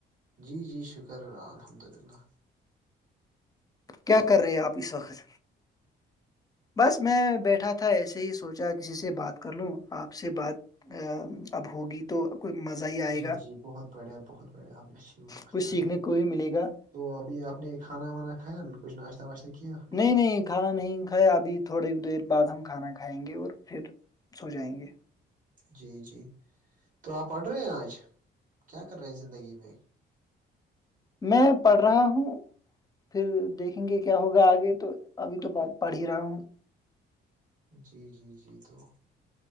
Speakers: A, on the right; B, on the left.
A: جی جی شکر الحمد للہ
B: کیا کر رہے آپ اس وقت بس میں بیٹھا تھا ایسے ہی سوچا کسی سے بات کر لوں آپ سے بات ا اب ہوگی تو کوئی مزہ ہی آئے
A: جی
B: گا
A: جی بہت بڑھیا بہت بڑھیا ابچھی اچھان
B: کچھ سیکھنے
A: کیا
B: کو ہی ملے گا
A: تو وہ بھی اپنے کانا وانا کان کچھ ناشتہ واشتہ کینہہ
B: نہیں نہیں کھانا نہیں کھایا ابھی تھوڑی دیر بعد ہم کھانا کھائیں گے اور پھر س ہو جائیں گے
A: جی جی تو آپ پڑھ رہے ہیں آج کیا کر رہے ہیں زندگی میں
B: میں پڑھ رہا ہوں پھر دیکھیں گے کیا ہوگا آگے تو ابھی تو پڑھ ہی رہا ہوں
A: جی جی جی تو